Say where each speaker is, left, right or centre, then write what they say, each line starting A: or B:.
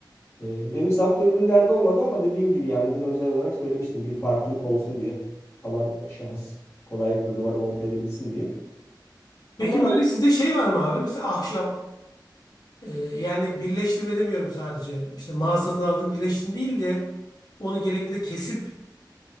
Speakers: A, on the left (about 35°); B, on the left (about 55°).
A: Ee, benim sattığım ürünlerde olmadı ama dediğim gibi yani bunu özel olarak söylemiştim. Bir farklılık olsun diye alan e, şahıs kolaylıkla duvara monte edebilsin diye.
B: Peki
A: Ama
B: böyle sizde şey var mı abi? Mesela ahşap e, yani birleştirme demiyorum sadece. İşte mağazadan aldım birleştim değil de onu gerektiğinde kesip